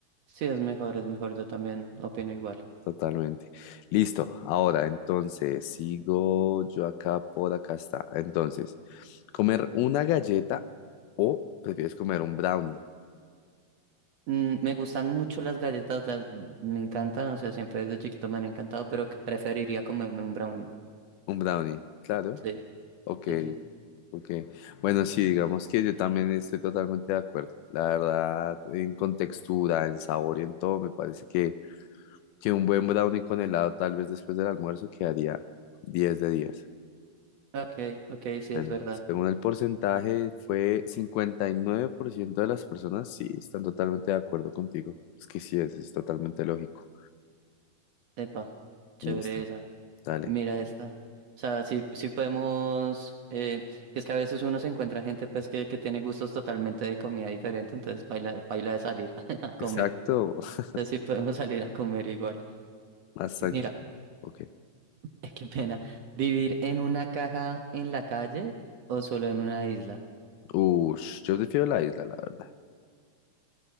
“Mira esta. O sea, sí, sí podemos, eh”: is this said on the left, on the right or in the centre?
Right